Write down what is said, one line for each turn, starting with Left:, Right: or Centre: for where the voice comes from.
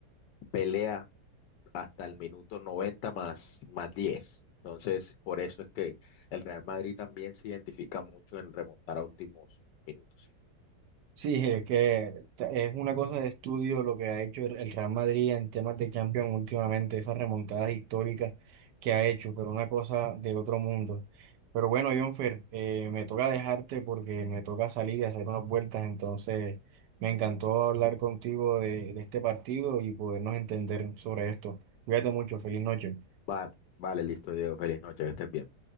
Left: pelea hasta el minuto 90 más, más 10. Entonces, por eso es que el Real Madrid también se identifica mucho en remontar a últimos minutos.
Right: Sí, es que ta- es una cosa de estudio lo que ha hecho el el Real Madrid en temas de Champions últimamente, esas remontadas históricas que ha hecho, pero una cosa de otro mundo. Pero bueno, Jonfer, eh, me toca dejarte porque me toca salir y hacer unas vueltas, entonces me encantó hablar contigo de, de este partido y podernos entender sobre esto. Cuídate mucho, feliz noche.
Left: Vale, vale, listo, Diego. Feliz noche, que estés bien.